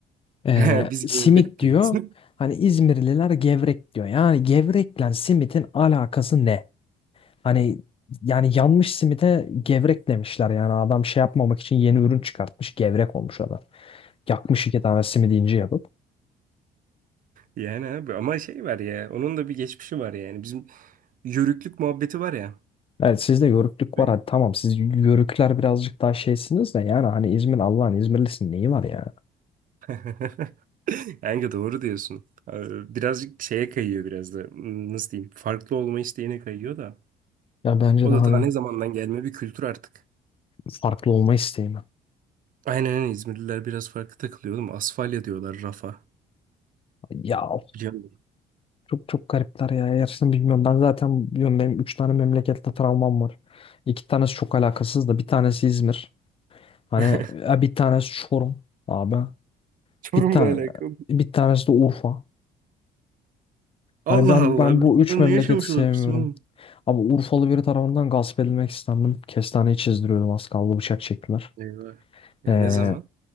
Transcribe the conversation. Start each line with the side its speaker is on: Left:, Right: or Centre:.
Left: e,
Right: <laughs> Biz
Left: simit
Right: gevrek
Left: diyor.
Right: diyeyiz. <laughs>
Left: Hani İzmirliler gevrek diyor. Yani gevrekle simitin alakası ne? Hani yani yanmış simite gevrek demişler. Yani adam şey yapmamak için yeni ürün çıkartmış. Gevrek olmuş adam. Yakmış iki tane simidi ince yapıp.
Right: Yani abi ama şey var ya onun da bir geçmişi var yani. Bizim yörüklük muhabbeti var ya.
Left: Evet sizde yörüklük
Right: Evet.
Left: var. Hadi tamam siz yörükler birazcık daha şeysiniz de yani hani İzmir Allah'ın İzmirlisin neyi var ya?
Right: <laughs> Kanka doğru diyorsun. Ee, Birazcık şeye kayıyor biraz da. Hmm, Nasıl diyeyim? Farklı olma isteğine kayıyor da.
Left: Ya bence
Right: O
Left: de hani
Right: da ta ne zamandan gelme bir kültür artık.
Left: farklı olma isteği
Right: Aynen öyle İzmirliler biraz farklı takılıyor oğlum. Asfalya diyorlar rafa.
Left: Ya of,
Right: Biliyor musun?
Left: çok çok garipler ya. Gerçekten bilmiyorum. Ben zaten biliyorum benim 3 tane memlekette travmam var. 2 tanesi çok alakasız da bir tanesi İzmir. Hani
Right: <laughs>
Left: e, bir tanesi Çorum abi.
Right: Çorum'la
Left: Bir tane
Right: alakalı.
Left: bir tanesi de Urfa.
Right: Allah
Left: Hani ben
Right: Allah.
Left: ben
Right: Urfa'da
Left: bu üç memleketi
Right: ne yaşamış
Left: sevmiyorum.
Right: olabilirsin oğlum?
Left: Abi Urfalı biri tarafından gasp edilmek istendim. Kestaneyi çizdiriyordum az kaldı bıçak çektiler.
Right: Eyvah. Ya
Left: Ee,
Right: ne zaman?